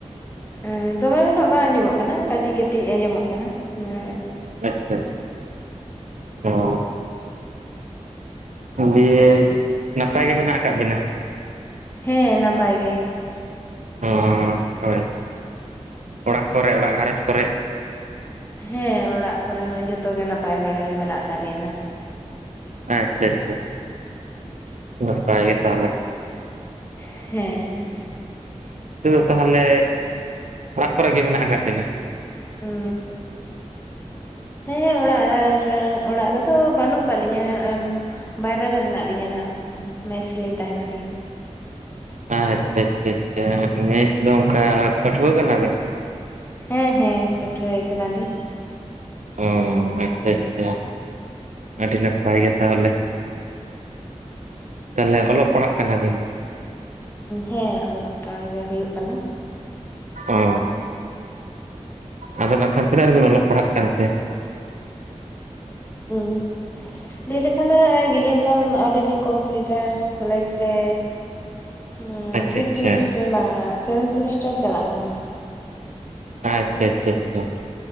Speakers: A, on the left (about 20°); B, on the right (about 85°).
A: ᱦᱩᱸ ᱫᱚᱢᱮ ᱫᱚ ᱱᱟᱜ ᱵᱟᱝ ᱟᱸᱡᱚᱢᱚᱜ ᱠᱟᱱᱟ ᱠᱟᱹᱴᱤᱡ ᱠᱟᱹᱴᱤᱡ ᱟᱸᱡᱚᱢᱚᱜ ᱠᱟᱱᱟ ᱦᱮᱸ
B: ᱟᱪᱪᱷᱟ ᱟᱪᱪᱷᱟ ᱚ ᱫᱤᱭᱮ ᱱᱟᱯᱟᱭ ᱜᱮ ᱢᱮᱱᱟᱜ ᱟᱠᱟᱜ ᱵᱤᱱᱟ
A: ᱦᱮᱸ ᱱᱟᱯᱟᱭ ᱜᱮᱼᱼ
B: ᱚ ᱦᱳᱭ ᱚᱲᱟᱜ ᱠᱚ ᱨᱮ ᱚᱲᱟᱜ ᱜᱷᱟᱨᱚᱸᱡᱽ ᱠᱚ ᱨᱮ
A: ᱦᱮᱸ ᱚᱲᱟᱜ ᱠᱚ ᱨᱮ ᱡᱷᱚᱛᱚ ᱜᱮ ᱱᱟᱯᱟᱭ ᱵᱟᱲᱟ ᱜᱮ ᱢᱮᱱᱟᱜ ᱟᱠᱟᱫ ᱞᱮᱭᱟ ᱱᱟᱜ
B: ᱟᱪᱪᱷᱟ ᱟᱪᱪᱷᱟ ᱟᱪᱪᱷᱟ ᱱᱟᱯᱟᱭ ᱜᱮ ᱛᱟᱦᱚᱞᱮ
A: ᱦᱮᱸ
B: ᱦᱩᱸ ᱛᱟᱦᱚᱞᱮ ᱚᱲᱟᱜ ᱠᱚ ᱨᱮ ᱜᱮ ᱢᱮᱱᱟᱜ ᱟᱠᱟᱫ ᱵᱤᱱᱟ
A: ᱩᱸ ᱦᱮᱸ ᱚᱲᱟᱜ <unintelligible> ᱚᱲᱟᱜ ᱨᱮ ᱫᱚ ᱵᱟᱹᱱᱩᱜ ᱟᱠᱟᱫ ᱞᱤᱧᱟᱹ ᱵᱟᱭᱨᱮ ᱨᱮ ᱢᱮᱱᱟᱜ ᱞᱤᱧᱟᱹ ᱱᱟᱦᱟᱜ ᱢᱮᱥ ᱨᱮ ᱞᱤᱧ ᱛᱟᱦᱮᱱ ᱠᱟᱱᱟ᱾
B: ᱟᱪᱪᱷᱟ ᱟᱪᱪᱷᱟ ᱟᱪᱪᱷᱟ ᱢᱮᱥ ᱫᱚ ᱚᱱᱠᱟ ᱯᱟᱹᱴᱷᱣᱟᱹ ᱠᱟᱱᱟ ᱵᱤᱱ
A: ᱦᱮᱸ ᱦᱮᱸ ᱯᱟᱹᱴᱷᱩᱣᱟᱹ ᱜᱮ ᱠᱟᱱᱟ ᱞᱤᱧᱼᱼ
B: ᱚ ᱟᱪᱪᱷᱟ ᱟᱪᱪᱷᱟ ᱟᱹᱰᱤ ᱱᱟᱯᱟᱭ ᱜᱮᱼᱼ ᱛᱟᱦᱚᱞᱮ ᱛᱟᱦᱚᱞᱮ ᱚᱞᱚᱜ ᱯᱟᱲᱦᱟᱜ ᱠᱟᱱᱟ ᱵᱤᱱᱼᱼ
A: ᱦᱮᱸ ᱚᱞᱚᱜ ᱯᱟᱲᱦᱟᱜ ᱜᱮ ᱦᱩᱭᱩᱜ ᱠᱟᱱᱟ᱾
B: ᱚᱻ ᱟᱫᱚ ᱱᱟᱜ ᱠᱷᱟᱱ ᱛᱤᱱᱟᱹᱜ ᱨᱮ ᱵᱤᱱ ᱚᱞᱚᱜ ᱯᱟᱲᱦᱟᱜ ᱠᱟᱱ ᱛᱮ
A: <inaudible> ᱞᱟᱹᱭ ᱞᱮᱠᱷᱟᱱ ᱫᱚ ᱜᱨᱮᱡᱩᱭᱮᱥᱚᱱ ᱟᱹᱣᱨᱤ ᱞᱤᱧ ᱠᱚᱢᱯᱞᱤᱴᱟ ᱠᱚᱞᱮᱡ ᱨᱮᱼᱼ ᱦᱩᱸ
B: ᱟᱪᱪᱷᱟ
A: ᱥᱤᱠᱥ
B: ᱟᱪᱪᱷᱟ
A: ᱥᱮᱢᱤᱥᱴᱟᱨ ᱵᱟᱝᱼᱟ ᱥᱮᱵᱷᱮᱱ ᱥᱮᱢᱤᱥᱴᱟᱨ ᱪᱟᱞᱟᱜ ᱠᱟᱱᱟ᱾
B: ᱟᱪᱪᱷᱟ ᱟᱪᱪᱷᱟ ᱟᱪᱪᱷᱟ